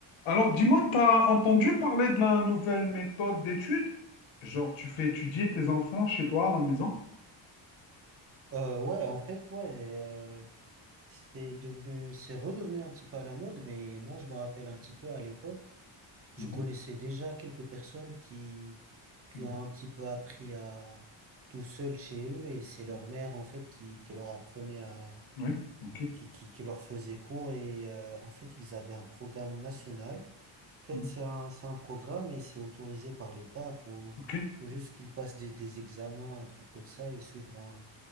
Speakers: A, on the left (about 70°); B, on the right (about 30°).
A: Alors, dis-moi, t'as entendu parler de la nouvelle méthode d'étude? Genre, tu fais étudier tes enfants chez toi à la maison?
B: Euh, ouais, en fait, ouais, euh, c'est devenu, c'est redevenu un petit peu à la mode, mais moi, je me rappelle un petit peu à l'époque,
A: Mhm,
B: je connaissais déjà quelques personnes qui, qui
A: mhm,
B: ont un petit peu appris à tout seul chez eux, et c'est
A: mhm.
B: leur mère, en fait, qui, qui leur apprenait à,
A: Oui, ok.
B: qui, qui, qui leur faisait cours, et euh, en fait, ils avaient un programme national. En fait,
A: mhm,
B: c'est un, c'est un programme et c'est autorisé par l'État, faut,
A: Ok.
B: faut juste qu'ils passent des, des examens, un truc comme ça, et suivre un,